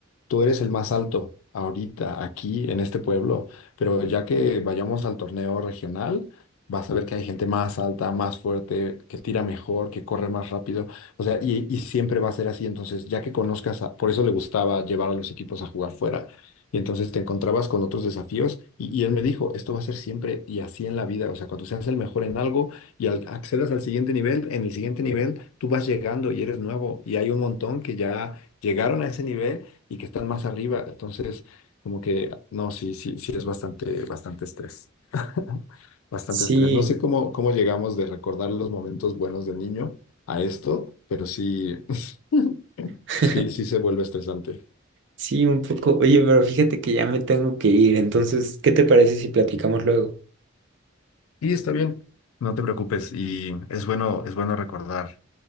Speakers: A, on the left; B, on the right.
A: tú eres el más alto ahorita, aquí, en este pueblo, pero ya que vayamos al torneo regional, vas a ver que hay gente más alta, más fuerte, que tira mejor, que corre más rápido, o sea, y, y siempre va a ser así, entonces, ya que conozcas, a- por eso le gustaba llevar a los equipos a jugar fuera, y entonces te encontrabas con otros desafíos, y, y él me dijo, esto va a ser siempre y así en la vida, o sea, cuando seas el mejor en algo y al- accedas al siguiente nivel, en el siguiente nivel tú vas llegando y eres nuevo, y hay un montón que ya llegaron a ese nivel y que están más arriba. Entonces, como que, no, sí, sí, sí es bastante, bastante estrés. <laughs> Bastante
B: Sí,
A: estrés. No sé cómo, cómo llegamos de recordar los momentos buenos de niño a esto, pero sí, <laughs>
B: <laughs>
A: sí, sí se vuelve estresante.
B: sí, un poco. Oye, pero fíjate que ya me tengo que ir, entonces, ¿qué te parece si platicamos luego?
A: Y está bien, no te preocupes. Y es bueno, es bueno recordar